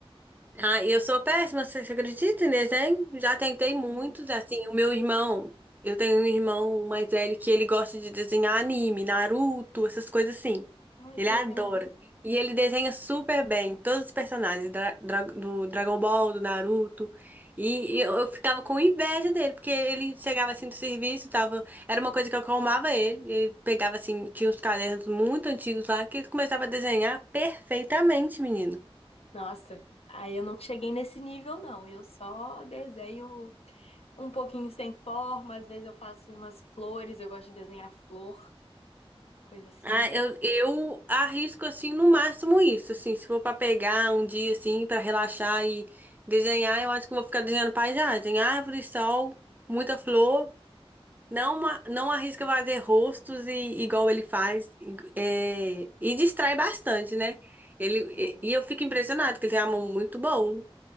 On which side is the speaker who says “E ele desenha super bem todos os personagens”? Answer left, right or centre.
Right